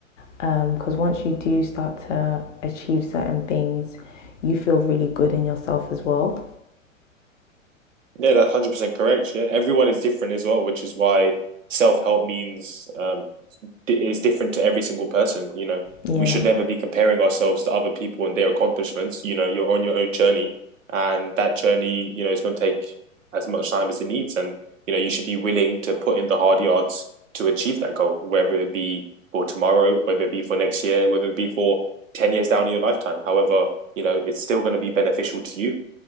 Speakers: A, on the left; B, on the right.
A: Because um, once you do start to achieve certain things, you feel really good in yourself as well.
B: yeah, that's one hundred percent correct. Yeah, everyone is different as well, which is why self help means um, is different to every single person. You know,
A: Yeah,
B: we should never be comparing ourselves to other people and their accomplishments. You know, you're on your own journey, and that journey, you know, is going to take as much time as it needs. And you know, you should be willing to put in the hard yards to achieve that goal, whether it be for tomorrow, whether it be for next year, whether it be for ten years down in your lifetime. However, you know, it's still going to be beneficial to you.